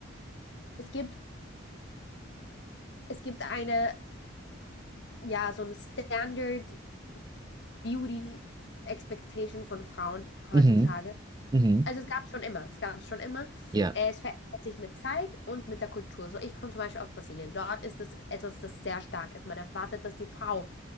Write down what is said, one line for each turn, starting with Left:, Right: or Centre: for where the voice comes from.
Left: es gibt Es gibt eine, ja, so eine Standard Beauty Expectation von Frauen heutzutage.
Right: Mhm. Mhm.
Left: Also es gab es schon immer, es gab es schon immer.
Right: Ja.
Left: Äh, Es verändert sich mit Zeit und mit der Kultur. So, ich komme zum Beispiel aus Brasilien. Dort ist es etwas, das sehr stark ist. Man erwartet, dass die Frau